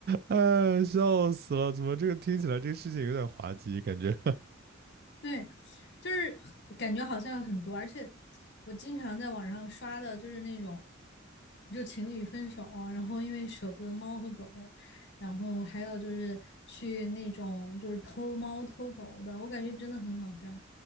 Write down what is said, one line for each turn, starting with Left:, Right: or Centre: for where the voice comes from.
Right: 哎，笑死了！怎么这个听起来这个事情有点滑稽，感觉。
Left: 对，就是感觉好像很多，而且我经常在网上刷的就是那种，就情侣分手，然后因为舍不得猫和狗，然后还有就是去那种就是偷猫偷狗的，我感觉真的很好笑。